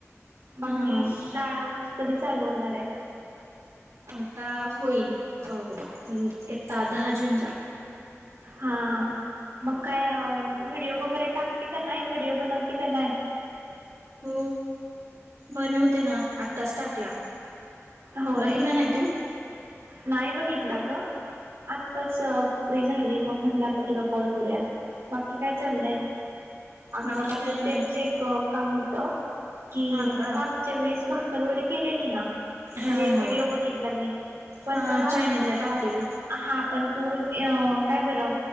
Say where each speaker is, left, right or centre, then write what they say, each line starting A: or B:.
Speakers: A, on the right; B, on the right.
A: बाकी
B: हा
A: शाळा? कधी चालू होणार आहे?
B: आता होईल अ येता दहा जूनला.
A: हा मग काय व्हिडिओ वगैरे टाकते का नाही? विडीओ बनवते की नाय?
B: हो, बनवते ना. आता स्टेटस टाकला.
A: होय.
B: बघितला नाही तू?
A: नाही बघितलं गं, आत्ताच फ्री झाली. मग म्हटलं आता तुला कॉल करूया. बाकी काय चाललंय? अगं
B: बाकी
A: माझं
B: काय नाही
A: तेच एक अ काम होत. कि
B: हा का
A: तू मागच्या वेळेस भाकर वडी केलेली ना. म्हणजे
B: हा
A: व्हिडिओ
B: हा
A: बघितला मी, पण
B: हा
A: मला
B: चायनेलला टाकलेली.
A: अ हा पण तू अ काय बरं